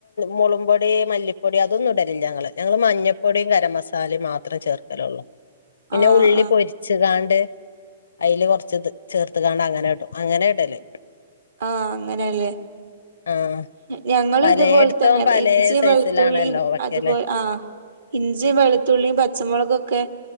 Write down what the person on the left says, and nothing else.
മുളമ്പൊപൊ പൊടി മല്ലിപ്പൊടി അതൊന്നും ഇടലില്ല ഞങ്ങള് ഞങ്ങള് മഞ്ഞപ്പൊടും കരം മസാലയും മാത്രം ചേർക്കല് ഉള്ളൂ. പിന്നെ
ഉള്ളി
പൊരിച്ചുകാണ്ട് അയില് കൊറച്ച് ചേർത്ത് കാണ്ട അങ്ങനെ ഇടും അങ്ങനെ ഇടല്.
ആഹ്
പലേയിടത്തും
പലേ
സൈസിലാണല്ലോ
വെക്കല്